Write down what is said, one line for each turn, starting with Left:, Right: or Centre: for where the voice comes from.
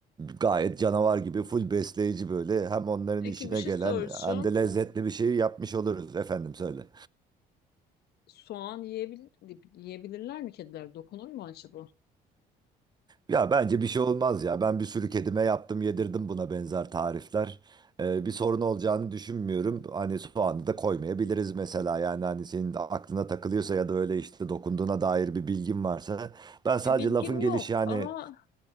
Right: gayet canavar gibi full besleyici böyle hem onların
Left: peki
Right: işine
Left: bir şey
Right: gelen
Left: soracağım
Right: hem de lezzetli bir şey yapmış oluruz efendim söyle.
Left: soğan yiyebil yiyebilirler mi kediler dokunur mu acaba?
Right: Ya bence bir şey olmaz ya ben bir sürü kedime yaptım yedirdim buna benzer tarifler. E, bir sorun olacağını düşünmüyorum. Hani soğanı da koymayabiliriz mesela yani hani senin aklına takılıyorsa ya da öyle işte dokunduğuna dair bir bilgin varsa ben
Left: Bir
Right: sadece
Left: bilgim
Right: lafın
Left: yok
Right: gelişi yani
Left: ama